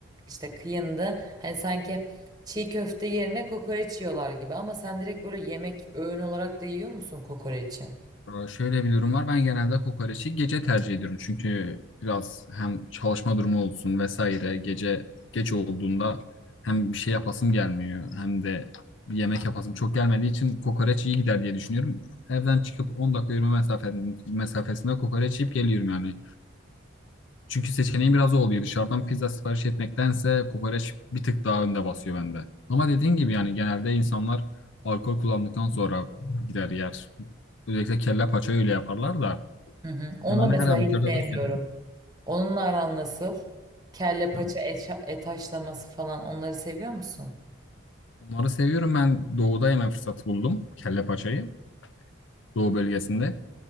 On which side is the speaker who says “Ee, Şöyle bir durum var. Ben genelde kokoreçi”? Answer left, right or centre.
Left